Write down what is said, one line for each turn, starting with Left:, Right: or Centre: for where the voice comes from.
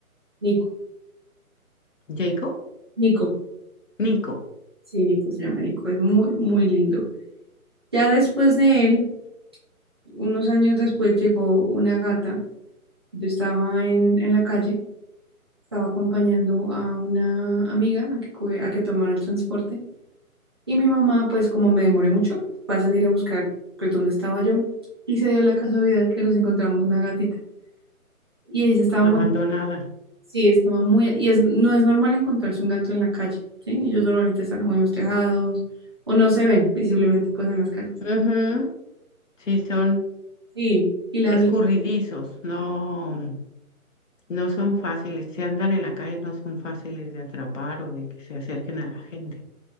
Right: Nico,
Left: Jacob.
Right: Nico,
Left: Nico.
Right: sí, Nico se llama Nico, es muy, muy lindo. Ya después de él, unos años después llegó una gata, yo estaba en, en la calle, estaba acompañando a una amiga a que, cue- a que tomara el transporte Y mi mamá, pues como me demoré mucho, fue a salir a buscar pues dónde estaba yo y se dio la casualidad que nos encontramos una gatita. Y ella estaba
Left: Abandonada.
Right: muy, sí, estaba muy, y es, no es normal encontrarse un gato en la calle, ¿sí? Ellos normalmente están o en los tejados o no se ven visiblemente pues en las calles.
Left: Ujú, Sí, son
Right: Sí. Y la
Left: escurridizos,
Right: vi,
Left: no, no son fáciles. Si andan en la calle no son fáciles de atrapar o de que se acerquen a la gente.